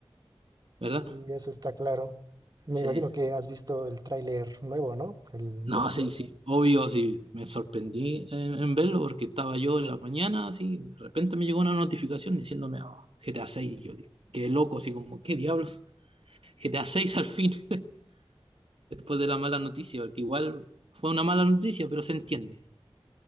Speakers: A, on the right; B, on the right.
A: ¿verdad?
B: Sí, eso está claro. Me
A: Sí.
B: imagino que has visto el tráiler nuevo, ¿no? El
A: No,
B: número.
A: sí, sí, obvio, sí, me sorprendí en, en verlo porque estaba yo en la mañana, así, de repente me llegó una notificación diciéndome "Ah, GTA 6, yo digo, qué loco, así como, qué diablos, GTA 6 al fin, <laughs> después de la mala noticia, porque igual fue una mala noticia, pero se entiende.